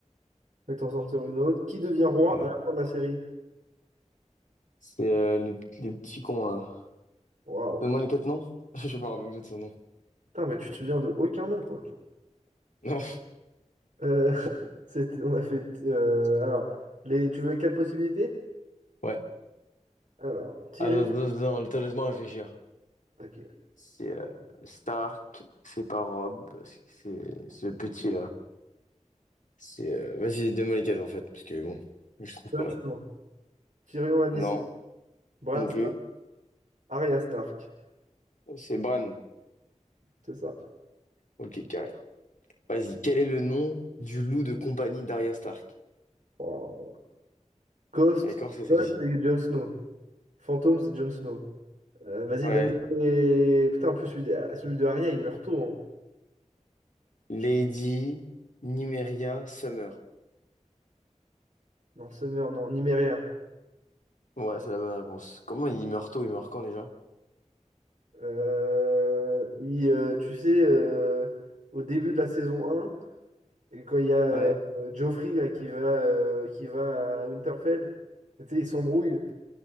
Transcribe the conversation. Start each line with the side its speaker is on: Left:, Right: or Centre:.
Right: Je vais t'en sortir une autre. Qui devient roi
Left: ouais.
Right: à la fin de la série?
Left: C'est euh, le, le petit con, là.
Right: Waouh.
Left: Donne-moi les quatre noms. <laughs> Je sais pas, me de son nom.
Right: Putain, mais tu te souviens de aucun nom, quoi.
Left: Non,
Right: Euh, <laughs> c'était- on a fait. euh, alors, les, tu veux les quatre possibilités?
Left: <laughs> ouais.
Right: Alors, Tyrion.
Left: Attends, attends, attends, attends, laisse-moi réfléchir.
Right: Ok.
Left: C'est euh, Stark, c'est pas Rob, c'est c'est ce petit-là. C'est euh, Vas-y, donne-moi les quatre en fait, parce que bon, je trouve
Right: Jon
Left: pas
Right: Snow.
Left: là.
Right: Tyrion Lannister.
Left: Non,
Right: Bran
Left: non plus.
Right: Arya Stark,
Left: C'est Bran.
Right: c'est ça.
Left: Ok, carré. Vas-y, quel est le nom du loup de compagnie d'Arya Stark?
Right: Oh. Ghost,
Left: D'accord, c'est celle-ci.
Right: Ghost, c'est Jon Snow. Fantôme, c'est Jon Snow. Euh, vas-y,
Left: Ouais.
Right: donne et... Putain, en plus, celui de, celui de Arya, il meurt tôt. Hein.
Left: Lady
Right: Je-
Left: Nymeria Summer.
Right: Non, Summer, non, Numérien.
Left: Ouais, c'est la bonne réponse. Comment il meurt tôt? Il meurt quand déjà?
Right: Euh, il, euh, tu sais, euh, au début de la saison un, et quand il y a
Left: Ouais.
Right: euh, Joffrey là, qui va, euh, qui va à Winterfell, tu sais, ils s'embrouillent.